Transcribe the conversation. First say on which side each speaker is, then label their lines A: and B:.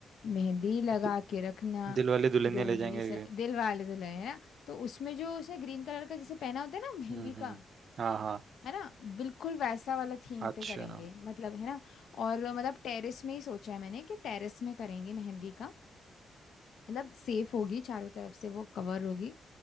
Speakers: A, on the left; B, on the right.
A: मेहंदी लगा
B: दि,
A: के रखना
B: दिल वाले दुल्हनिया
A: डोली
B: ले जाएंगे
A: से दिल वाले दुल्हन है ना तो उसमें जो उसने ग्रीन कलर का जैसे पहना होता है ना मेहंदी
B: हम्म हम्म
A: का
B: हाँ हाँ
A: है ना बिल्कुल वैसा वाला थीम
B: अच्छा
A: पे करेंगे मतलब है ना और मतलब टेरेस में ही सोचा है मैंने कि टेरेस में करेंगे मेहंदी का मतलब सेफ होगी चारों तरफ से वो कवर होगी